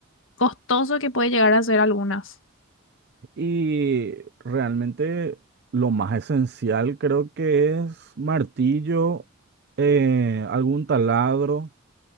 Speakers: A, on the left (about 65°); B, on the right (about 50°).
A: costoso que puede llegar a ser algunas.
B: Y realmente lo más esencial creo que es martillo, eh, algún taladro